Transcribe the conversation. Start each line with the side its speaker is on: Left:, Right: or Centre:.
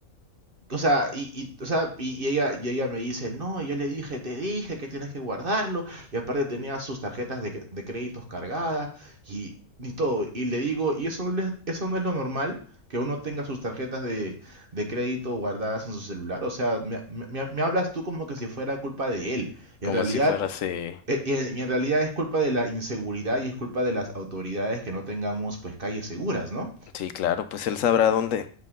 Right: o sea, y, y, o sea, y, y ella, y ella me dice, no, yo le dije, te dije que tienes que guardarlo, y aparte tenía sus tarjetas de, cre- de créditos cargadas, y, y todo. Y le digo, ¿y eso no, le- eso no es lo normal? Que uno tenga sus tarjetas de, de crédito guardadas en su celular. O sea, me, me me me hablas tú como que si fuera culpa de él. Y
Left: como
Right: en realidad
Left: si fuera así.
Right: eh, Y en y en realidad es culpa de la inseguridad y es culpa de las autoridades que no tengamos pues calles seguras, ¿no?
Left: Sí, claro, pues él sabrá dónde,